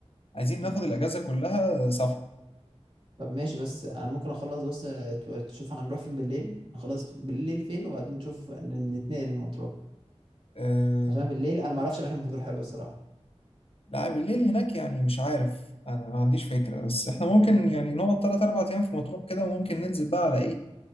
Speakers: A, on the left; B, on the right.
A: عايزين ناخد
B: قوي
A: الاجازة كلها سفر
B: طب ماشي بس انا ممكن اخلص بس ت- تشوف هنروح فين بالليل نخلص بالليل فين وبعدين نشوف ن- نتنقل لمطروح
A: آه،
B: عشان بالليل انا ما اعرفش اماكن في مطروح حلوه الصراحه
A: لا بالليل هناك يعني مش عارف انا ما عنديش فكرة بس احنا ممكن يعني نقعد 3 4 ايام في مطروح كده وممكن ننزل بقى على ايه